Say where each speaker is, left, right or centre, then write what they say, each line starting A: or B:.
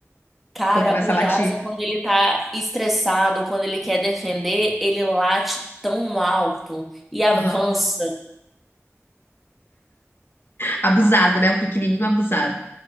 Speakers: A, in the centre; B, on the left.
A: Cara,
B: Quando começa
A: o Lhasa,
B: a latir.
A: quando ele tá estressado ou quando ele quer defender, ele late tão alto e avança.
B: Aham. Abusado, né? O pequenininho abusado.